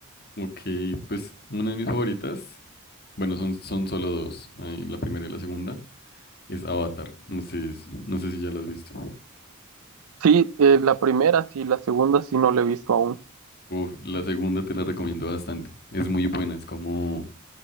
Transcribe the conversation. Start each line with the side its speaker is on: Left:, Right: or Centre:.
Left: Ok, pues una de mis favoritas, bueno, son, son solo dos, eh, la primera y la segunda. Es Avatar. No sé, si- no sé si ya la has visto.
Right: Sí, eh, la primera sí, la segunda sí no la he visto aún.
Left: Uf, la segunda te la recomiendo bastante. Es muy buena. Es como,